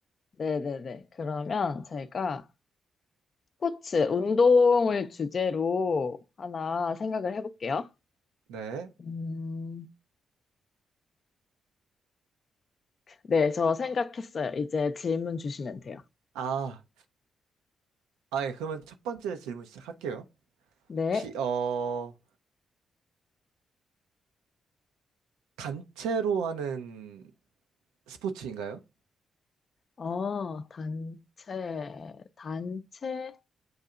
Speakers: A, on the left; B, on the right.
A: 네네네. 그러면 제가 스포츠, 운동을 주제로 하나 생각을 해볼게요.
B: 네.
A: 음, 네, 저 생각했어요. 이제 질문 주시면 돼요.
B: 아, 아, 예, 그러면 첫 번째 질문 시작할게요.
A: 네.
B: 혹시, 어, 단체로 하는 스포츠인가요?
A: 어, 단체, 단체.